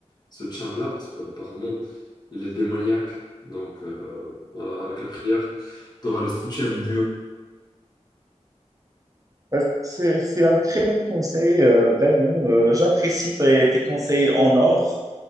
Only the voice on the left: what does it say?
ce champ-là parce que apparemment il est démoniaque. Donc euh, voilà, avec la prière, tu auras le soutien du Dieu.